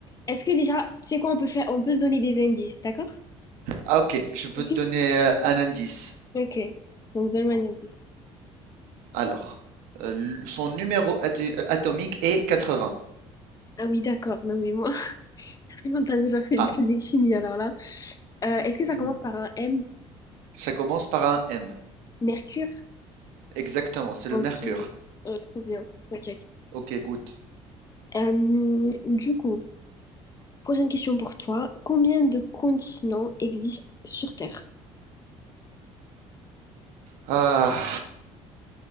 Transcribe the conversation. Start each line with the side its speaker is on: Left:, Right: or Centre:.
Left: est-ce que déjà, tu sais quoi, on peut faire, on peut se donner des indices, d'accord?
Right: ah ok, je peux
Left: Ok.
Right: te donner euh, un indice.
Left: Ok. Donc donne-moi un indice.
Right: Alors, euh, son numéro ato- atomique est 80.
Left: Ah oui, d'accord. Non mais moi, <laughs> on t'avait pas fait
Right: Ah,
Left: de physique chimie alors là. Euh,
Right: hmm,
Left: est-ce que ça commence par un M?
Right: ça commence par un M.
Left: Mercure?
Right: Exactement, c'est
Left: Ok.
Right: le mercure.
Left: Oh, trop bien. Ok, ok.
Right: Ok, good.
Left: Hum, du coup, prochaine question pour toi. Combien de continents existent sur Terre?
Right: Ah.